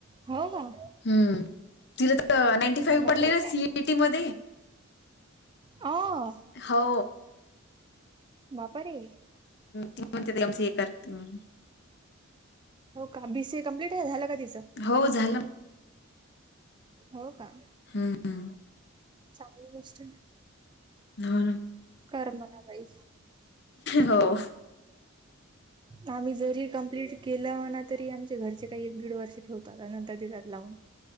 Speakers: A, on the right; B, on the left.
A: हो का
B: हम्म तिला तर नाईंटी फाईव्ह
A: बापरे
B: पडले ना सीइटी मध्ये
A: ह
B: हो
A: बापारे.
B: त म्हणतेम स हे करते म्हण.
A: हो का बीसीए कंप्लीट आहे झालं का तिचं.
B: हो झालं.
A: <inaudible> हो का.
B: हम् हम.
A: चांगली गोष्ट...
B: हो
A: कर म्हणा बाई
B: हो....
A: आम्ही जरी कंप्लिट केलं म्हणा तरी आमचे घरचे काही एक दीड वर्ष ठेवतात नंतर देतात लावून...